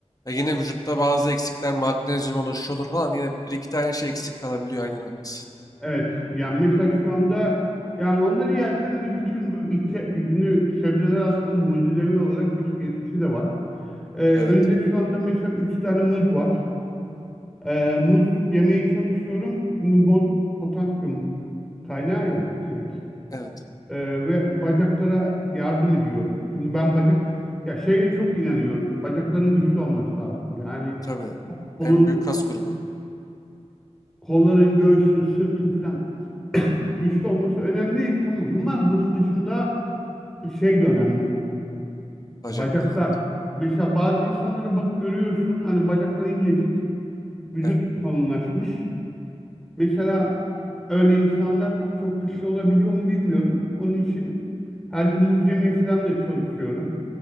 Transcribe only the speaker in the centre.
Evet, yani mesela şu anda yani onları yerken hani bütün bu ihtiya- çünkü sebzeler aslında mucizevi olarak birçok etkisi de var. Ee,
önümde şu anda mesela 3 tane muz var. Ee, muz yemeye çalışıyorum. Çünkü muz potasyum kaynağı ya direkt.
Ee, ve bacaklara yardım ediyor. Çünkü ben bacak ya şeye çok inanıyorum. Bacakların güçlü olması lazım. Yani
ko- kolun,
kolların, göğsü, sırtı falan güçlü olması önemli tamam ama bunun dışında şey de önemli.
Bacaklar.
Mesela bazı insanlara bak görüyorsun hani bacakları incecik, vücut
kalınlaşmış. Mesela öyle insanlar çok güçlü olabiliyor mu bilmiyorum. Onun için her gün muz yemeye falan da çalışıyorum.